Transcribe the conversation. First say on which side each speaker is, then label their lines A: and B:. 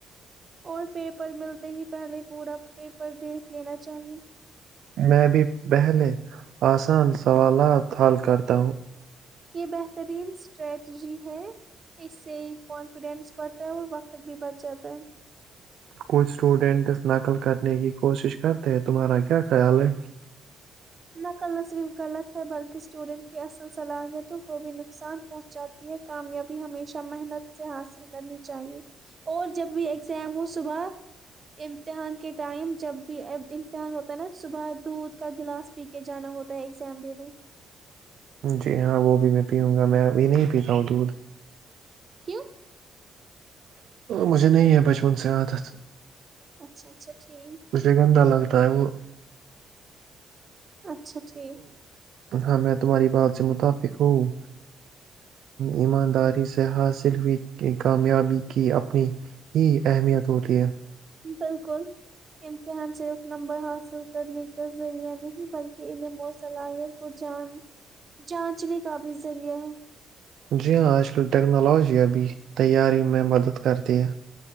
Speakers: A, on the right (about 35°); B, on the right (about 70°).
A: اور پیپر ملتے ہی پہلے پورا پیپر دیکھ لینا چاہیے
B: میں بھی پہلے آسان سوالات حل کرتا ہوں
A: یہ بہترین اسٹریٹجی ہے اس سے کانفیڈینس بڑھتا ہے اور وقت بھی بچ جاتا ہے
B: کچھ اسٹوڈنٹس نقل کرنے کی کوشش کرتے ہیں تمہارا کیا خیال ہے
A: نقل نہ صرف غلط ہے بلکہ اسٹوڈینٹ کی اصل صلاحیتوں کو بھی نقصان پہنچاتی ہے کامیابی ہمیشہ محنت سے حاصل کرنی چاہیے اور جب بھی ایگزام ہو صبح امتحان کے ٹائم جب بھی ا امتحان ہوتا ہے نا صبح دودھ کا گلاس پی کے جانا ہوتا ہے ایگزام دینے
B: جی ہاں وہ بھی میں پیوں گا میں ابھی نہیں پیتا ہوں دودھ
A: کیوں
B: مجھے نہیں ہے بچپن سے عادت
A: اچھا اچھا ٹھیک
B: اسے گندا لگتا ہے وہ <inaudible>
A: اچھا ٹھیک
B: ہاں میں تمہاری بات سے متفق ہوں ایمانداری سے حاصل ہوئی کامیابی کی اپنی ہی اہمیت ہوتی ہے
A: بالکل امتحان صرف نمبر حاصل کرنے کا ذریعہ نہیں بلکہ انہیں مور صلاحیت کو جان جانچنے کا بھی ذریعہ ہے
B: جی ہاں آج کل ٹیکنالوجی ابھی تیاری میں مدد کرتی ہے